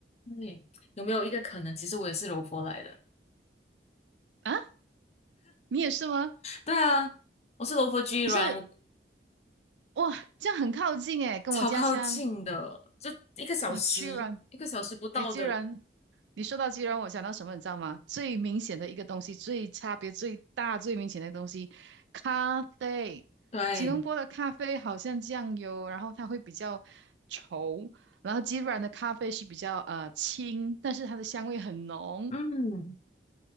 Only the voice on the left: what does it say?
对，有没有一个可能，其实我也是柔佛来的？
对啊，我是柔佛居然，
我
超靠近的，就一个小时，
一个小时不到的。
对，
嗯，